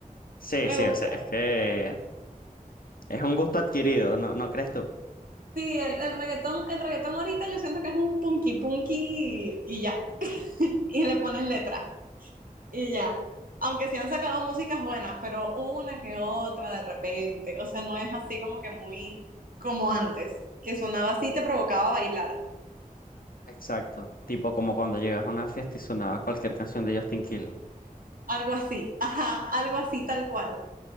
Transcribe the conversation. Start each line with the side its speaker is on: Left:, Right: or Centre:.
Left: sí,
Right: Me
Left: sí,
Right: gusta
Left: o sea, es que es un gusto adquirido, ¿no, no crees tú?
Right: Sí, el, el reggaetón, el reggaetón ahorita yo siento que es un punky punky y ya. <laughs> Y le ponen letra y ya. Aunque sí han sacado músicas buenas, pero una que otra de repente. O sea, no es así como que muy como antes, que sonaba así, y te provocaba bailar.
Left: Exacto, tipo como cuando llegas a una fiesta y sonaba cualquier canción de Justin Quiles.
Right: Algo así, ajá, algo así tal cual.